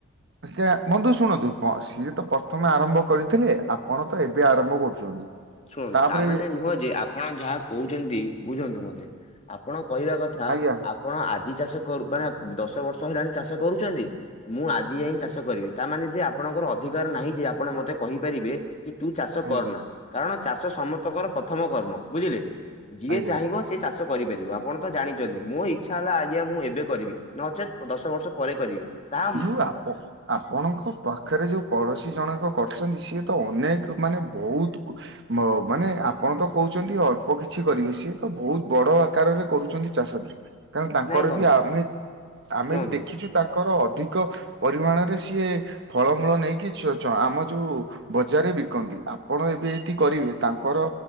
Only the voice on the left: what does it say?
ଶୁଣନ୍ତୁ
ତା ମାନେ ନୁହଁ ଯେ ଆପଣ ଯାହା କହୁଛନ୍ତି ବୁଝନ୍ତୁ ମତେ ଆପଣ କହିବା କଥା
ଆପଣ ଆଜି ଚାଷ କରୁ ମାନେ ଦଶ ବର୍ଷ ହେଲାଣି ଚାଷ କରୁଛନ୍ତି। ମୁଁ ଆଜି ଯାଇ ଚାଷ କରିବି ତା ମାନେ ଯେ ଆପଣଙ୍କର ଅଧିକାର ନାହିଁ ଯେ ଆପଣ ମତେ କହିପାରିବେ। କି ତୁ ଚାଷ
କରନା କାରଣ ଚାଷ ସମସ୍ତଙ୍କର ପ୍ରଥମ କର୍ମ ବୁଝିଲେ ଯିଏ
ଚାହିଁବ ସେ ଚାଷ କରିପାରିବ ଆପଣ ତ ଜାଣିଛନ୍ତି ମୋ ଇଚ୍ଛା ହେଲା ଆଜ୍ଞା ମୁଁ ଏବେ କରିବି ନଚେତ୍ ଦଶ ବର୍ଷ ପରେ କରିବି ତାହା
ନାଇଁ ବନ୍ଧୁ
ଶୁଣନ୍ତୁ